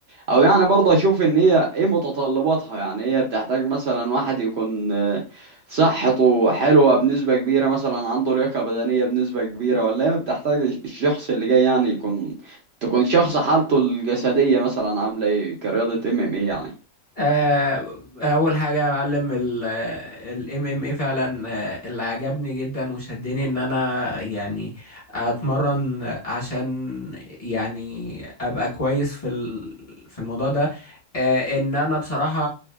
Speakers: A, on the right; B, on the left.
A: او يعني برضه اشوف ان هي ايه متطلباتها يعني هي بتحتاج مثلا واحد يكون آه، صحته حلوة بنسبة كبيرة مثلا عنده لياقة بدنية بنسبة كبيرة ولا هي بتحتاج الشخص اللي جاي يعني يكون تكون شخص حالته الجسدية مثلا عاملة ايه كرياضة ام ام ايه يعني
B: آه، اول حاجه يا معلم الام ام اي فعلا آه، اللي عجبني جدا وشدني ان انا يعني اتمرن عشان يعني ابقى كويس في ال- في الموضوع ده آه، ان انا بصراحه